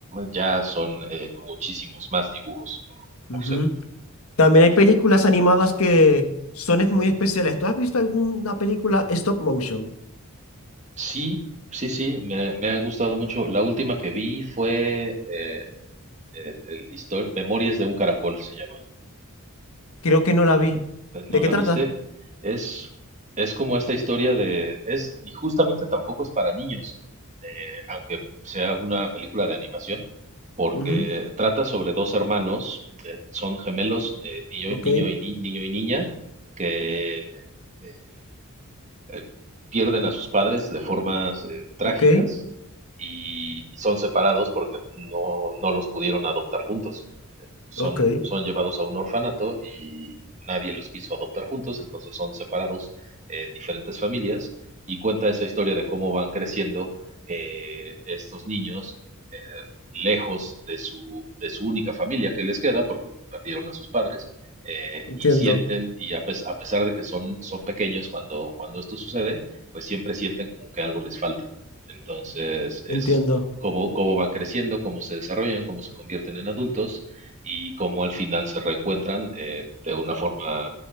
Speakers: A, on the right; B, on the left.
A: ya son eh, muchísimos más dibujos por, por
B: ujú.
A: segundo.
B: También hay películas animadas que son es muy especiales. ¿Tú has visto alguna película stop motion?
A: Sí, sí, sí, me, me ha gustado mucho. La última que vi fue eh, eh, el histo- Memorias de un caracol, se llama.
B: Creo que no la vi.
A: Eh,
B: ¿De
A: ¿No
B: qué
A: la
B: trata?
A: viste? Es, es como esta historia de... Es, y justamente tampoco es para niños, eh, aunque sea una película de animación, porque
B: Ujú,
A: trata sobre dos hermanos, eh, son gemelos, eh, niño,
B: Ok,
A: niño y, ni- niño y niña, que... eh, eh, pierden a sus padres de formas eh, trágicas
B: ok,
A: y, y son separados porque no, no los pudieron adoptar juntos son,
B: ok.
A: son llevados a un orfanato y nadie los quiso adoptar juntos, entonces son separados en diferentes familias y cuenta esa historia de cómo van creciendo eh, estos niños eh, lejos de su, de su única familia que les queda, porque perdieron a sus padres, eh,
B: Entiendo,
A: y sienten, y a, pes- a pesar de que son, son pequeños cuando, cuando esto sucede, pues siempre sienten como que algo les falta. Entonces
B: entiendo.
A: es cómo, cómo van creciendo, cómo se desarrollan, cómo se convierten en adultos y cómo al final se reencuentran eh, de una forma